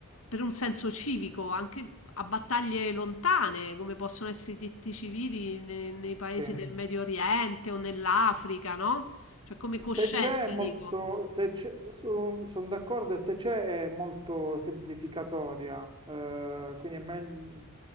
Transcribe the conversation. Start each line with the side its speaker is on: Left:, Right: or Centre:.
Left: per un senso civico, anche a battaglie lontane, come possono essere i diritti civili ne- nei, paesi
Right: sì.
Left: del Eh, Medio Oriente o nell'Africa, no? Cioè come coscienza,
Right: Se c'è è molto,
Left: dico.
Right: se c'è, sono d'accordo e se c'è è molto semplificatoria, eh, quindi è, meglio-